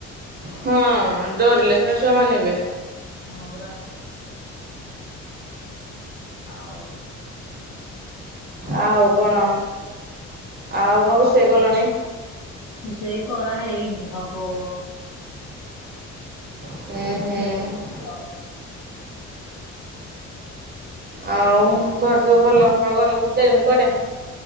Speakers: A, on the right; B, on the left.
A: ହଁ ଡରିଲେ ସିନା ଛୁଆ ମାନିବେ।
B: ହଁ ପରା। ଆଉ।
A: ଆଉ କଣ ଆଉ କଣ ରୁଷେଇ କଲୁଣି?
B: ରୋଷେଇ କରା ହେଇନି ହବ।
A: ହୁଁ
B: ନହେଲେ
A: ହୁଁ।
B: ହେଇନି ଆଉ
A: ଆଉ ଘରେ ସବୁ ଭଲ?